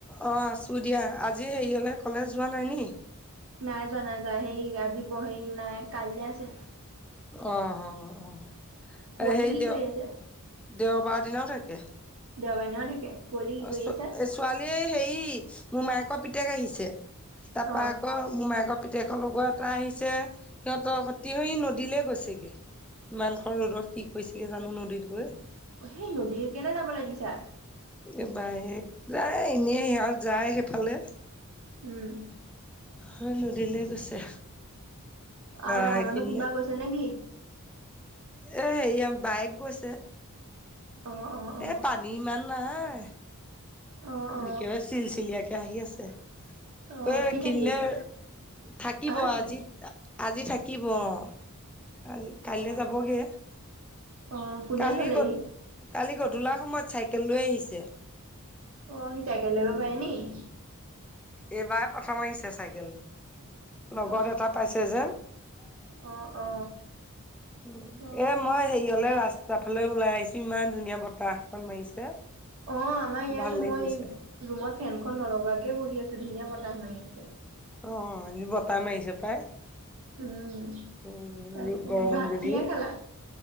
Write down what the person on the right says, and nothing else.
নাই যোৱা নাই যোৱা সেই আজি পহৰিলৈ নাই কাইলে আছে।
কুঁৱলী
কি
কৰি আছে
দেওবাৰ দিনা ও থাকে। কুঁৱলী কি
কৰি
আছে
অ
সেই নদীত কেলে যাবলৈ দিছা।
উম।
আৰু
ডাঙৰ
মানুহ কোনোবা গৈছে নেকি?
অ, 'অ'। অ
অ অ
অ সি থাকিব
আহ
কি
অ
অ কোনে
থলেহি
অ', সি চাইকেল চলাব পাৰে নিকি?
অ
অ অ অ
অঁ', আমাৰ ইয়াতো
মই
এই- ৰুমত ফেনখন নলগাকে বহি আছো ধুনীয়া বতাহ মাৰি আছে।
উমঁ'
তাকে।
ভাত
কি হে খালা?